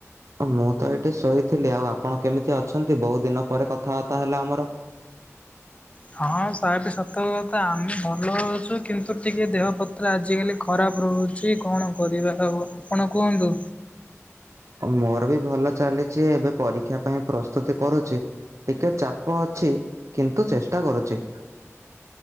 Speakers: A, on the right; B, on the left.
A: ମୁଁ ତ ଏଇଠି ଶୋଇଥିଲି ଆଉ ଆପଣ କେମିତି ଅଛନ୍ତି ବହୁ ଦିନ ପରେ କଥାବାର୍ତ୍ତା ହେଲା ଆମର
B: ହଁ ସ ବି ସତକ କଥା ଆମେ ଭଲ ହଉଛୁ କିନ୍ତୁ ଟିକେ ଦେହ ପତ୍ର ଆଜିକାଲି ଖରାପ ରହୁଛି କଣ କରିବା ଆଉ ଆପଣ କୁହନ୍ତୁ
A: ମୋର ବି ଭଲ ଚାଲିଛି ଏବେ ପରୀକ୍ଷା ପାଇଁ ପ୍ରସ୍ତୁତି କରୁଛି ଟିକେ ଚାପ ଅଛି କିନ୍ତୁ ଚେଷ୍ଟା କରୁଛି